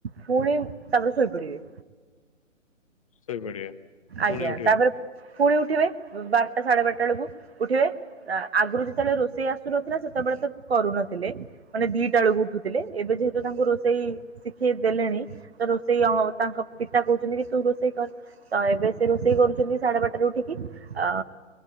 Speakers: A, on the right (about 50°); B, on the left (about 25°).
A: ପୁଣି ତାପରେ ଶୋଇପଡିବେ।
B: ଶୋଇପଡିବେ ପୁଣି
A: ଆଜ୍ଞା
B: ଉଠିବେ
A: ତାପରେ ପୁଣି ଉଠିବେ ବାରଟା ସାଢେ ବାରଟା ବେଳକୁ ଉଠିବେ। ନା ଆଗରୁ ଯେତେବେଳେ ରୋଷେଇ ଆସୁନଥିଲା ସେତେବେଳେ ତ କରୁନଥିଲେ। ମାନେ ଦିଟା ବେଳକୁ ଉଠୁଥିଲେ। ଏବେ ଯେହେତୁ ତାଙ୍କ ରୋଷ ଷେଇ ଶିଖେଇ ଦେଲେଣି। ତ ରୋଷେଇ ଅ ତାଙ୍କ ପିତା କହୁଛନ୍ତି କି ତୁ ରୋଷେଇ କର। ତ ଏବେ ସେ ରୋଷେଇ କରୁଛନ୍ତି ସାଢେ ବାଟାରେ ଉଠିକି। ଆ